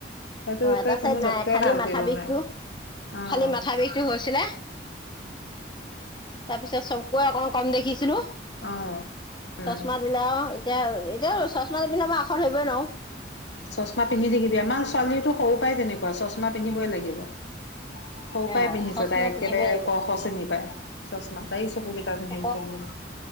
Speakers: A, on the left; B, on the left.
A: সেইটোকে
B: অ এটা
A: কোনো
B: চাইড নাই
A: ডক্তৰে
B: খালি
A: ভাল
B: মাথা
A: কৰিব
B: বিষটো
A: নোৱাৰে অ',
B: খালি মাথা বিষটো হৈছিলে। তাৰপিছত চকুৰে অকণ কম দেখিছিলো।
A: অ', উম।
B: চশমা দিলে আও। এতিয়া এতিয়া চশমা নিপিন্ধা মই আখৰ ধৰিবই নোৱাও।
A: চশমা পিন্ধি থাকিবি আমাৰ ছোৱালীটো সৰু পৰাই তেনেকুৱা চশমা পিন্ধিবই লাগিব। সৰু পায়
B: অ
A: পিন্ধিছে
B: চচমা
A: তাই একেবাৰে
B: পিন্ধিবই লাগিব
A: ক খ শ্ৰেণীৰ পায় চশমা তাই চকু বিষাই
B: ক
A: এই চব প্ৰব্লেম